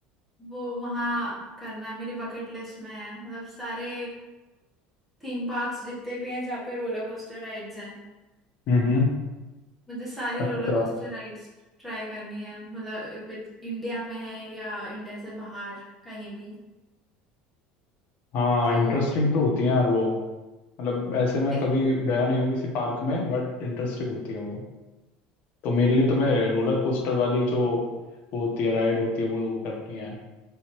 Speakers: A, in the centre; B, on the left.
A: वो वहाँ करना है मेरी बकेट लिस्ट में है मतलब सारे थीम पार्क्स जितने भी हैं जहाँ पे रोलर कोस्टर राइड्स हैं
B: हम्म हम्म,
A: मुझे सारी
B: अच्छा
A: रोलर कोस्टर राइड्स ट्राई करनी है मतलब इफ इंडिया में है या इंडिया से बाहर कहीं भी
B: हाँ
A: तो
B: इंटरेस्टिंग तो होती है यार वो मतलब ऐसे मैं
A: एक
B: कभी गया नहीं हूँ किसी पार्क में बट इंटरेस्टिंग होती है वो तो मेनली तो मैं रोलर कोस्टर वाली जो वो होती है राइड होती है वो करनी है